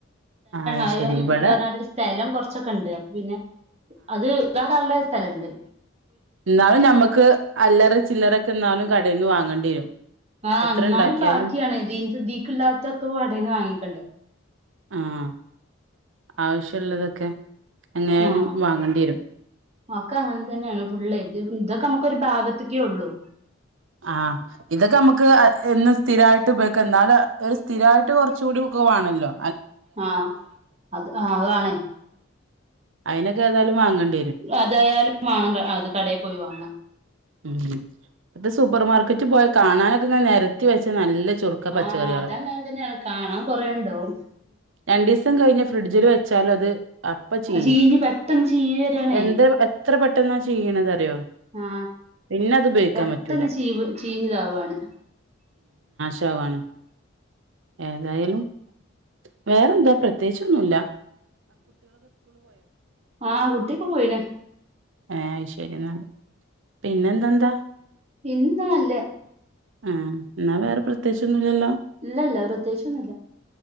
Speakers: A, on the right; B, on the right.
A: അയ്ശരി
B: അഹ് ഇങ്ങള്
A: ഇവടെ
B: പറഞ്ഞാതിരി സ്ഥലം കൊറച്ചൊക്കെ ഉണ്ട്. അപ്പം പിന്നെ സ്ഥലം അത് ഇതാക്കാലെ സ്ഥലം ഉണ്ട്.
A: ഇന്നാലും നമ്മുക്ക് അല്ലറ ചില്ലറൊക്കെ ഇന്നാലും കടെന്ന് വാങ്ങിക്കേണ്ടി വരും
B: ആഹ്
A: എത്ര
B: എന്നാലും
A: ഉണ്ടാക്കിയാലും
B: ബാക്കിയാണ്. ഇതിന് ഇതിക്ക്ള്ള ഇതൊക്കെ കാടെന്ന് വാങ്ങിക്കണ്ടേ
A: ആഹ് ആവശ്യള്ളതൊക്കെ എങ്ങനയാലും
B: ആ
A: വാങ്ങേണ്ടി വരും
B: ഒക്കെ അങ്ങനെ തന്നെയാണ് ഫുള്ള് ഇദോ- നമക്കൊ ഒരു ഭാഗത്തേക്കേ ഉള്ളൂ
A: ആഹ ഇതൊക്കെ നമുക്ക് എന്നും സ്ഥിരായിട്ട് ഉപയോഗിക്കാം എന്നാലും ഒരു സ്ഥിരായിട്ട് കുറച്ചോടെ ഒക്കെ വേണമല്ലോ
B: ആഹ് അത് അതണേ
A: അതിനൊക്കെ ഏതാലും വങ്ങേടെ
B: അതായാലും വേണം അത് കടയിൽ പോയി വാങ്ങ
A: ഉ ഇത് സൂപ്പർ മാർക്കറ്റ് പോയ കാണാൻ ഇങ്ങനെ നെരത്തി വെച്ച നല്ല ചു സുർക്ക പച്ചക്കറികള്,
B: ആ അതങ്ങനെ തന്നെയാണ് കാണാൻ കൊറേ ഉണ്ടാവും
A: <inaudible> രണ്ടീസം കഴിഞ്ഞ് ഫ്രിഡ്ജില് വെച്ചാലത് പച്ചക്കറികൾ
B: ചീഞ്ഞ് പെട്ടെന്ന് ചീഞ്ഞ് വരാണേ
A: രണ്ട് ദിവസം കഴിഞ്ഞ് ഫ്രിഡ്ജിൽ വെച്ചാലത് അപ്പം ചീയും. എന്തൊരു പെട്ടന്നാ ചീയുന്നത് അറിയോ
B: ആ
A: പിന്നെ അത് ഉപയോഗിക്കാൻ
B: പെട്ടെന്ന്
A: പറ്റൂല
B: ചീവ് ചീഞ്ഞതാവാണ്.
A: പോവാണ്. ഏതായാലും- വേറെന്താ പ്രത്യേകിച്ചുന്നുല്ല
B: ആ കുട്ടിയൊക്കെ പോയിന്
A: ഏ ശരി എന്ന പിന്നെന്ന ന്താ
B: പിന്നന്താ നല്ലേ
A: ആ എന്നാ വേറെ പ്രത്യകിച്ചോന്നുംല്ലല്ലോ
B: ഇല്ല ഇല്ല പ്രത്യേകിച്ചൊന്നുല്ല